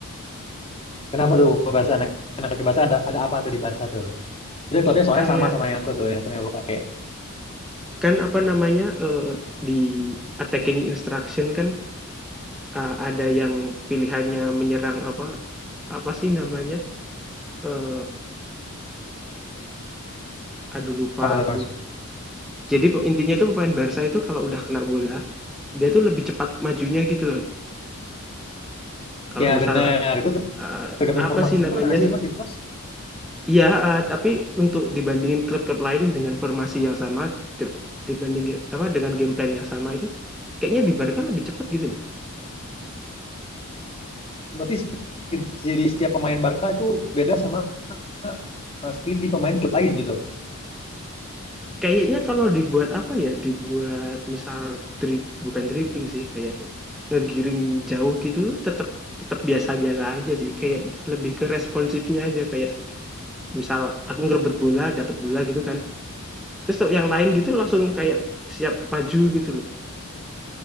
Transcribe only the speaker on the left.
Kenapa tuh gua Barca anak anak laki Barca ada ada apa tuh di Barca tuh? Itu klubnya soalnya
sama sama yang aku tuh yang sering aku pakai.
Apa tuh
Mas?
Ya
benar, itu tuh
tergantung
formasi
juga nggak sih
Mas itu Mas?
Berarti speed jadi setiap pemain Barca itu beda sama uh, speed di pemain klub lain gitu.